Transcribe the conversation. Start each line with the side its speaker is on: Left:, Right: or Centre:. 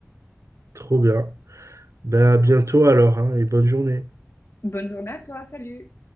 Right: Trop bien. Ben, à bientôt alors, hein, et bonne journée.
Left: <laughs> Bonne journée à toi, salut!